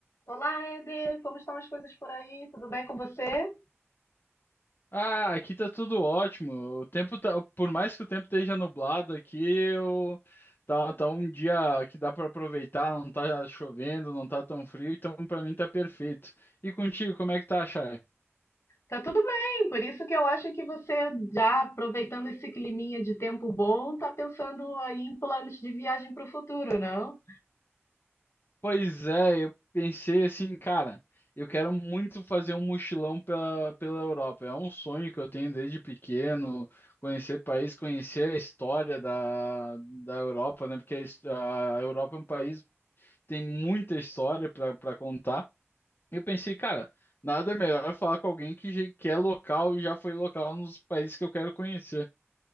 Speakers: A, on the left (about 70°); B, on the left (about 50°).
A: Olá, Eder, como estão as coisas por aí? Tudo bem com você?
B: Ah, aqui tá tudo ótimo. O tempo tá, por mais que o tempo esteja nublado aqui, eu tá, tá um dia que dá para aproveitar, não tá chovendo, não tá tão frio, então pra mim tá perfeito. E contigo, como é que tá, Chay?
A: Tá tudo bem, por isso que eu acho que você, já aproveitando esse climinha de tempo bom, tá pensando aí em planos de viagem para o futuro, não?
B: Pois é, eu pensei assim, cara, eu quero muito fazer um mochilão pela, pela Europa. É um sonho que eu tenho desde pequeno, conhecer país, conhecer a história da, da Europa, né? Porque a his- a Europa é um país que tem muita história para para contar. Eu pensei, cara, nada melhor falar com alguém que, já- que é local e já foi local nos países que eu quero conhecer.